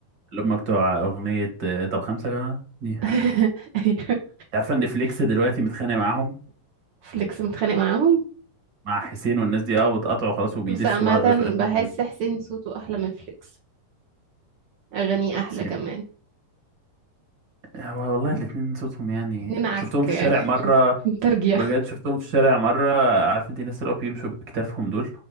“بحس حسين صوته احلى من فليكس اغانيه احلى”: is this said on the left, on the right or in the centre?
Right